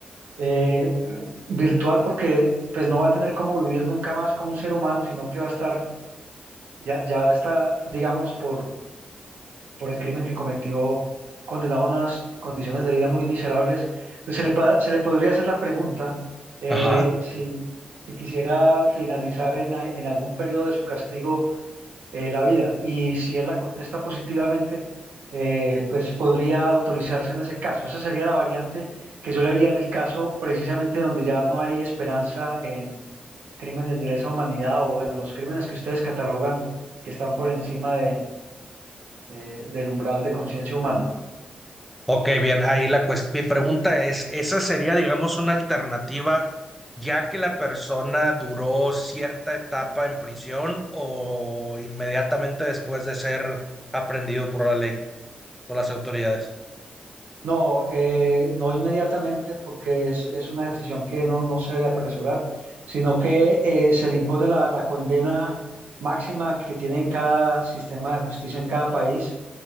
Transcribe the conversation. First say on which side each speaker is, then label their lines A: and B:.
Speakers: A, on the right; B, in the centre.
A: eh, virtual porque pues no va a tener cómo vivir nunca más como un ser humano, sino que va a estar, ya, ya está, digamos, por, por el crimen que cometió, condenado a unas condiciones de vida muy miserables, pues se le, pa- se le podría hacer la pregunta eh,
B: ajá.
A: si, si quisiera finalizar en, a- en algún periodo de su castigo eh, la vida. Y si él la contesta positivamente, eh, pues podría autorizarse en ese caso. Esa sería la variante que yo le haría en el caso precisamente donde ya no hay esperanza en crímenes de lesa humanidad o bueno, los crímenes que ustedes catalogan que están por encima de, eh, del umbral de conciencia humana.
B: Ok, bien, ahí la cuestión. Mi pregunta es, ¿esa sería, digamos, una alternativa ya que la persona duró cierta etapa en prisión o inmediatamente después de ser aprendido por la ley, por las autoridades?
A: No, eh, no inmediatamente porque es, es una decisión que no, no se debe apresurar, sino que eh, se le impone la, la condena máxima que tiene cada sistema de justicia en cada país